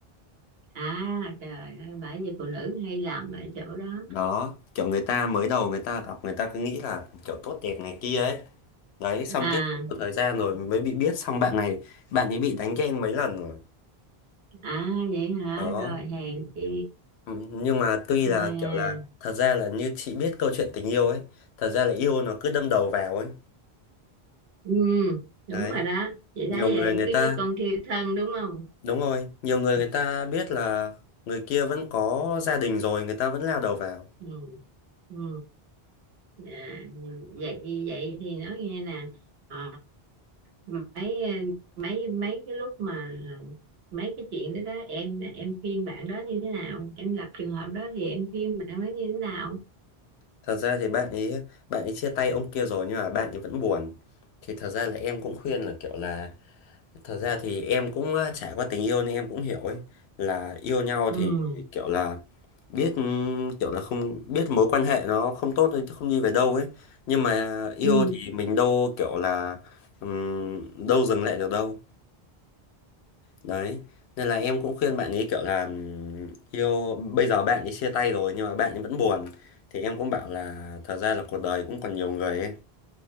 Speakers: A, on the right; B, on the left.
A: à trời ơi bởi vì phụ nữ hay làm ở chỗ đó
B: Đó, kiểu người ta mới đầu người ta gặp người ta cứ nghĩ là kiểu tốt đẹp này kia ấy. Đấy, xong
A: à
B: tiếp một thời gian rồi mới bị biết xong bạn này bạn ấy bị đánh ghen mấy lần rồi.
A: à vậy hả
B: Đó
A: rồi hèn chi
B: Ừ, nhưng mà tuy
A: à,
B: là kiểu là thật ra là như chị biết câu chuyện tình yêu ấy thật ra là yêu nó cứ đâm đầu vào ấy
A: ừ đúng
B: đấy
A: rồi đó chị
B: nhiều
A: thấy
B: người
A: vậy
B: người
A: cứ
B: ta
A: như con thiêu thân đúng không
B: đúng rồi nhiều người người ta biết là người kia vẫn có gia đình rồi người ta vẫn lao đầu vào
A: ừ ừ à, vậy vậy thì nói nghe nè ờ, mấy mấy mấy cái lúc mà mấy cái chuyện đó đó em em khuyên bạn đó như thế nào em gặp trường hợp đó thì em khuyên bạn đó như thế nào
B: thật ra thì bạn ấy bạn ấy chia tay ông kia rồi nhưng mà bạn ấy vẫn buồn thì thật ra là em cũng khuyên là kiểu là Thật ra thì em cũng ờ, trải qua tình yêu nên em cũng hiểu ấy là yêu nhau
A: ừ
B: thì kiểu là biết ừm, kiểu là không biết mối quan hệ nó không tốt thì không đi về đâu ấy nhưng mà yêu
A: ừ
B: thì mình đâu kiểu là ừm, đâu dừng lại được đâu đấy nên là em cũng khuyên bạn ấy kiểu là ừm, yêu bây giờ bạn ấy chia tay rồi nhưng mà bạn ấy vẫn buồn thì em cũng bảo là thật ra là cuộc đời cũng còn nhiều người ấy